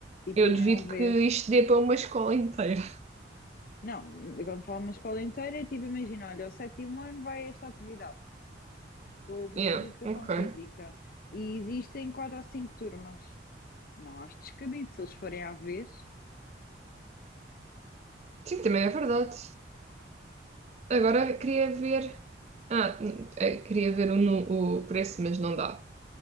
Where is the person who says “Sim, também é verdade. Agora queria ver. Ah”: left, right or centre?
Right